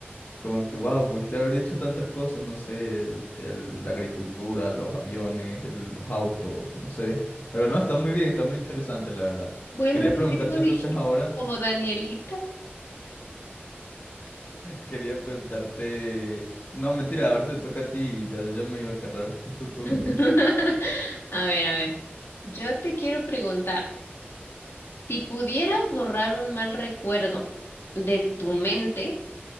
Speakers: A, on the left; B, on the left.
A: como que, wow, pudiste haber dicho tantas cosas, no sé, el, el- la agricultura, los aviones, el- los autos, no sé. Pero no, está muy bien, está muy interesante, la verdad.
B: Bueno,
A: Quería
B: tú
A: preguntarte
B: mismo dijiste
A: entonces ahora.
B: como Danielita.
A: Quería preguntarte. No, mentira, ahora te toca a ti y ya yo me iba a agarrar <laughs> tu turno.
B: <laughs> A ver, a ver. Yo te quiero preguntar, si pudieras borrar un mal recuerdo de tu mente,